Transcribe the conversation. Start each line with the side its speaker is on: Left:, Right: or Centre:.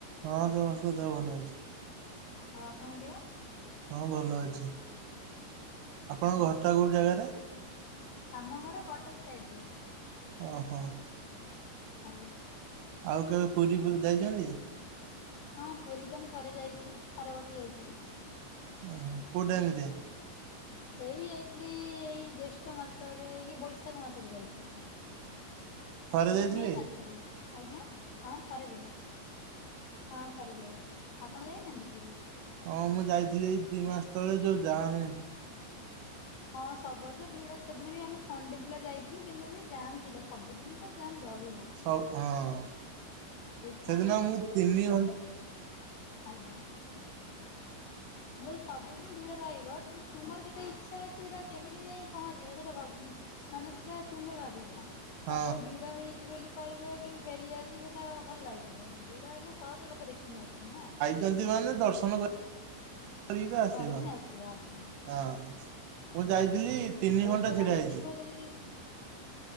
Right: ହଁ ସମସ୍ତେ ଙ୍କ ଦେହ ଭଲ ଅଛି।
Left: ଆଉ ଆପଣଙ୍କ ଦେହ?
Right: ହଁ ଭଲ ଅଛି। ଆପଣଙ୍କ
Left: ଆଜ୍ଞା
Right: ଘରଟା କୋଉ ଜାଗାରେ?
Left: ଆମ ଘର କଟକ ସାଇଟି ରେ।
Right: ଅହ।
Left: ଆଜ୍ଞା।
Right: ଆଉ କେବେ ପୁରୀ ବୁ ଯାଇଚନ୍ତି?
Left: ହଁ ପୁରୀ ତ ମୁଁ ଥରେ ଯାଇଛି ଆର ବର୍ଷ ଯାଇଥିଲି।
Right: ଓହୋ କୁ ଟାଇମ୍ ରେ?
Left: ଏଇ ଯାଇଥିଲି ଏଇ ଜେଷ୍ଠ ମାସରେ ଏଇ ବୈଶାଖ ମାସରେ ଯାଇଥିଲି।
Right: ଥରେ
Left: ମେ
Right: ଯାଇଥିଲେ
Left: ମେ ମାସରେ ଆଜ୍ଞା ହଁ ଥରେ ଯାଇଛି। ହଁ ଥରେ ଯାଇଛି। ଆପଣ ଯାଇନାହାନ୍ତି ପୁରୀ?
Right: ହଁ ମୁଁ ଯାଇଥିଲି ଏଇ ଦି ମାସ ତଳେ ଯୋଉ ଯାମେ।
Left: ହଁ ସବୁବେଳେ ତ ଭିଡ। ସେଦିନ ବି ଆମେ ସଣ୍ଡେ ଥିଲା ଯାଇଥିଲୁ କିନ୍ତୁ ବି ଜାମ୍ ଥିଲା ସବୁଦିନ ତ ଜାମ୍ ରହିବ।
Right: ସ ହଁ
Left: ସେଇଟା
Right: ସେଦିନ ମୁଁ ତିନି ଘ
Left: ଆଜ୍ଞ। ମୁଁ କହିଲି ସବୁଦିନ ଭିଡ ରହିବ କି ତୁମର କେତେ ଇଚ୍ଛା ଅଛି ସେଟା କେମିତି ଯାଇ ପହଞ୍ଚିବ ସେଟା ଭ ମାନେ ସେଇଟା ତୁମେ ଭାବିବ। ଆଉ
Right: ହଁ
Left: କାହାକୁ ଭିଡ ହେଇଛି ବୋଲି କହିବ କି ଫେରିଆସି ସେଇଟା କଣ ଭଲ ଲାଗିବ? ଭିଡ ହେଲେ ଶହ ଶହ ଲୋକ ଦେଖିକିନା ଆସୁଛନ୍ତି ନା!
Right: ଜଲଦି ମାନେ ଦର୍ଶନ କରିକିନା ଆସିବ।
Left: କରିକିନା ଆସିବା ଆଜ୍ଞା
Right: ହଁ ମୁଁ ଯାଇଥିଲି ତିନି
Left: ଆ
Right: ଘଣ୍ଟା
Left: ଏତେ ବାଟରୁ
Right: ଛିଡା ହେଇଛି
Left: ଯିବ ଯଦି